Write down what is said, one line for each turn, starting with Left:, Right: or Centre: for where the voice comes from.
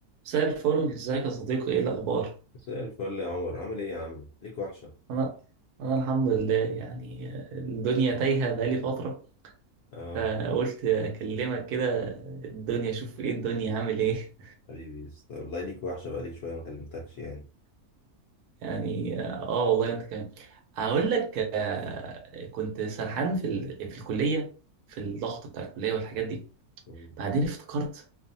Right: مساء الفل ازيك يا صديقي ايه الاخبار
Left: مساء الفل يا عمر عامل ايه يا عم ليك وحشة
Right: انا انا الحمد لله يعني الدنيا تايهه بقالي فتره
Left: اه
Right: فقلت اكلمك كده الدنيا شوف ايه الدنيا عامل ايه
Left: حبيبي است- والله ليك وحشة بقالي شوية ما كلمتكش يعني
Right: <laughs> يعني اه والله انت كمان هقول لك آه، كنت سرحان في ال... في الكليه في الضغط بتاع الكليه والحاجات دي
Left: مم.
Right: بعدين افتكرت